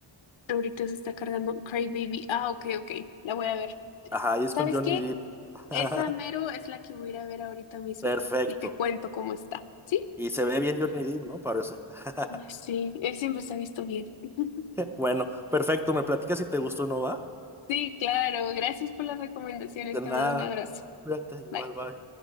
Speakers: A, on the left; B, in the centre.
A: Ahorita se está cargando Cry Baby. Ah, ok, ok. La voy a ver.
B: Ajá, y es
A: ¿Sabes
B: con Johnny
A: qué?
B: Depp. <laughs>
A: Esa mero es la que voy a ir a ver ahorita mismo.
B: Perfecto.
A: Y te cuento cómo está. ¿Sí?
B: Y se ve bien Johnny Depp, ¿no? Parece. <laughs>
A: Ay, Sí, él siempre se ha visto bien. <laughs>
B: Bueno, perfecto. Me platicas si te gustó o no va.
A: Sí, claro. Gracias por las recomendaciones.
B: De
A: Te
B: nada.
A: mando un abrazo.
B: Cuídate, igual,
A: Bye.
B: bye.